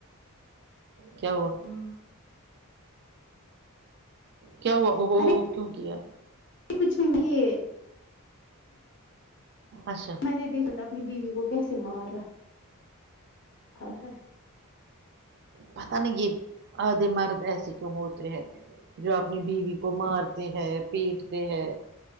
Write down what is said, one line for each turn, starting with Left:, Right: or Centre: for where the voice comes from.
Right: کیا ہوا
Left: ہاں
Right: کیا ہوا ا ہو
Left: ارے
Right: ہو کیوں کیا ہے
Left: کچھ نہیں ہے
Right: اچھا
Left: میں نے دیکھاا اپنی بیوی کو کیسے مار رہا ہاں ہاں
Right: پت نہیں یہ آدے مرد ایسے کیوں ہوتے ہیں جو اپنی بیوی کو مارتے ہے پیٹتے ہے